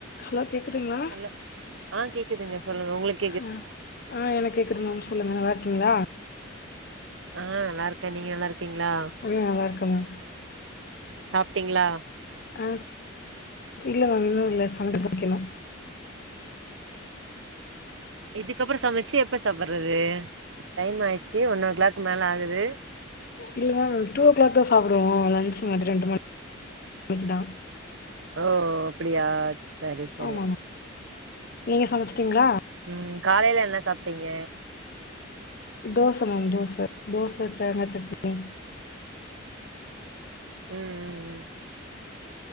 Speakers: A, on the left (about 50°); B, on the right (about 70°).
A: hello கேட்குதுங்களா
B: hello ஆ கேக்குதுங்க சொல்லுங்க உங்களுக்
A: ம் ஆ எனக் கேக்குது மேம் சொல்லுங்க நல்லா இருக்கீங்களா
B: ஆ நல்லா இருக்க நீங்க நல்லா இருக்கீங்களா
A: ஆ நல்லாருக்க மேம்
B: சாப்ட்டீங்களா
A: ஆ இல்ல மேம் இன்னு இல்ல <inaudible> சமைக்கணு
B: இதுக்கப்புறோ சமைச்சு எப்ப சாப்புட்றது டைமாயிடுச்சு ஒன் ஓ கிளாக் மேலாகுது
A: இல்ல மேம் டூ ஓ கிளாக் தா சாப்புடுவோ லன்ச் மட்டு தா ரெண்டு மணி <inaudible> மணிக்கி தா
B: ஓ அப்டியா சரி சரி
A: ஆமா ஆமா நீங்க சமைச்சுட்டீங்களா
B: ம் காலையில என்ன சாப்பிட்டீங்க
A: தோச மேம் தோச தோச தேங்கா சட்னி
B: ம் ம்